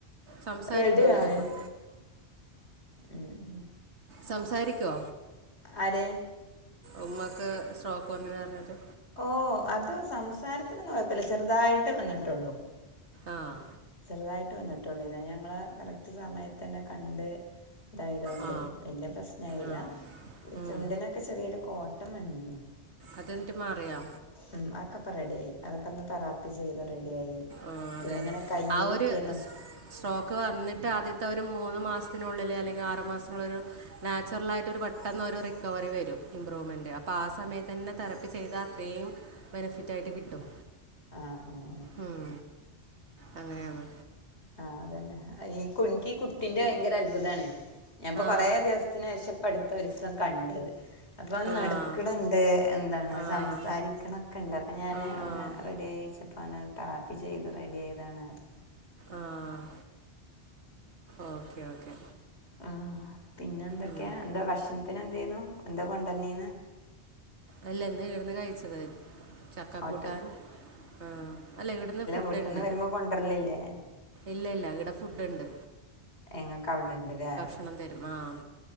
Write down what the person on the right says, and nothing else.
സംസാരിക്കുമോ
എന്നിട്ട്
ഇപ്പം
സംസാരിക്കോ
ഉമ്മക്ക് സ്ട്രോക്ക് വന്ന്ണ്ർഞ്ട്ട്?
ആഹ്.
ആ
ആ ഉം.
അത് ന്ന്ട്ട് മാറിയൊ?
ആഹ്
അതെ
അതെ
ആ ഒരു സ് സ്ട്രോക്ക് വന്നിട്ട് ആദ്യത്തെ ഒരു മൂന്നു മാസത്തിനുള്ളില് അല്ലെങ്കിൽ ആറു മാസനുള്ള ഒരു നാച്ചുറൽ ആയിട്ട് ഒരു പെട്ടെന്ന് ഒരു റിക്കവറി വരും ഇമ്പ്രൂവ്മെന്റ് അപ്പൊ ആ സമയത്ത് തന്നെ തെറപ്പി ചെയ്ത അത്രയും ബെനഫിറ്റ് ആയിട്ട് കിട്ടും
ഉം അങ്ങനെയാണ്
ആ
ആ
ആഹ്
ആഹ്
ആഹ് ഓക്കെ ഓക്കെ
ഉം
അല്ല ഇന്ന് ഇവട്ന് കഴിച്ചത് ചക്ക
കൂട്ടാൻ ആ അല്ല ഇവിടുന്ന് ഫുഡ്ണ്ട്
ഇല്ല ഇല്ല ഈടെ ഫുഡ്ണ്ട്
ക്ഷണം തരും ആഹ്